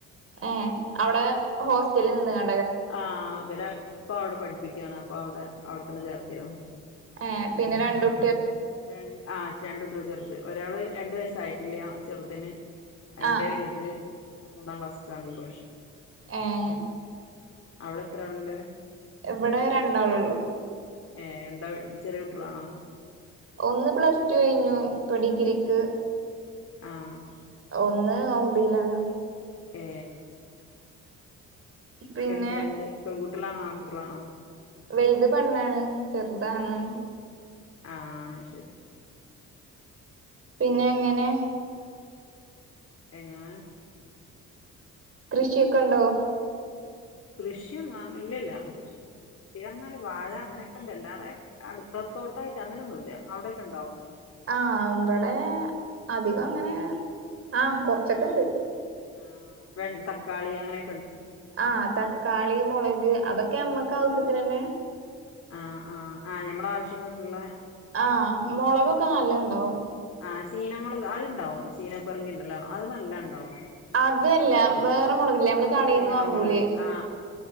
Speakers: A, on the right; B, on the left.
A: ഏ അവിടെ ഹോസ്റ്റലിൽ നിന്ന് കാ
B: ആ ഹ് ഇവരെ ഉപ്പ അവടെ പഠിപ്പിക്ക്യാണ് അപ്പൊ അവിടെ അവിടെത്തന്നെ ചേർത്തിയതാ
A: ഏ പിന്നെ രണ്ടും
B: രൻ ആ രണ്ടുട്ടിയേള് ചെറുത് ഒരാള് രണ്ടു വയസ്സായിട്ടില്ല്യാ ചെറുതിന് അയ്ന്റെ
A: ആഹ്
B: വലുത് മൂന്നാം ക്ലാസ്ക്കാണ് ഈ പ്രാവശ്യം
A: ഏ ഹ്
B: അവടെത്ര ആള്ണ്ട്
A: ഇവടെ രണ്ടാളൊള്ളു
B: ഏ എന്താ വെ ചെറിയകുട്ടികളാണോ
A: ഒന്ന് പ്ലസ്റ്റു കഴിഞ്ഞു ഇപ്പൊ ഡിഗ്രിക്ക്
B: ആഹ്
A: ഒന്ന് ഒമ്പയിലാണ്
B: ഏ
A: പിന്നെ
B: എന്ത് രണ്ട് പെൺകു ട്ടളാണോ ആൺകുട്ടേളാണോ
A: വലുത് പെണ്ണാണ് ചെറുത് ആണാ ണ്
B: ആഹ് ശരി
A: പിന്നെ എങ്ങനെ
B: എങ്ങനെ
A: കൃഷിയൊക്കെ ഉണ്ടോ
B: കൃഷിയൊന്നും ഇല്ലല്ല കൃഷിയൊന്നുല്ല കൃഷി പറഞ്ഞാല് വാഴ അങ്ങനെക്കെണ്ട് അല്ലാതെ അടുക്കളത്തോട്ടം ആയിട്ട് അങ്ങനെയൊന്നുല്ല അവിടെക്കെ ഉണ്ടോ
A: ആഹ് ഇവടെ അധികം അങ്ങനെ ആഹ് കൊറച്ചൊക്കെ ഇണ്ട്
B: ആ വെ തക്കാളി അങ്ങനെ
A: ആഹ് തക്കാളി മുളക് അതൊ ക്കെ ഞമ്മക്ക് ആവ്സ്യത്തിന് നന്നെ
B: ആഹ് ആഹ് ആഹ് ഞമ്മള ആവശ്യങ്ങൾക്കുള്ള
A: ആഹ് മൊളകൊ ക്കെ നല്ലോം ണ്ടാവും
B: ആഹ് ചീനമുളക് അത്ണ്ടാവും ചീനപ്പറങ്കി ഇണ്ടല്ലോ അത് നല്ല ഇണ്ടാവും
A: അതല്ല വേറെ മുളക് ല്ലെ നമ്മള് കടയിൽന്ന്
B: നീളമുളക്
A: വാങ്ങൂലേ
B: ആഹ്